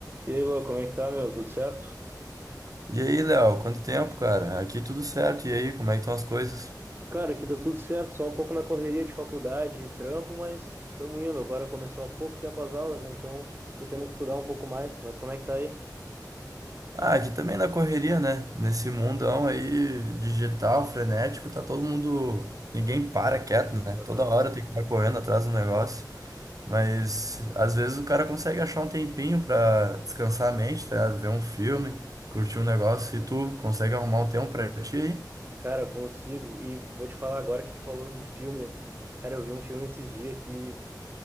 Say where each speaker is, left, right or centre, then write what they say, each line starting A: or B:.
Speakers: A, on the right; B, on the right.
A: E aí, Lua, como é que tá, meu? Tudo certo?
B: E aí, Léo, quanto tempo, cara? Aqui tudo certo. E aí, como é que estão as coisas?
A: Cara, aqui tá tudo certo, só um pouco na correria de faculdade e trampo, mas tamo indo. Agora começou há pouco tempo as aulas, né? Então tô tendo que estudar um pouco mais, mas como é que tá aí?
B: Ah, aqui também na correria, né? Nesse mundão aí digital, frenético, tá todo mundo. Ninguém para quieto, né?
A: Aham.
B: Toda hora tem que estar correndo atrás do negócio. Mas às vezes o cara consegue achar um tempinho pra descansar a mente, tá? ligado? Ver um filme, curtir um negócio. E tu consegue arrumar um tempo pra ti aí?
A: Cara, consigo. E vou te falar agora que tu falou de filme. Cara, eu vi um filme esses dias que,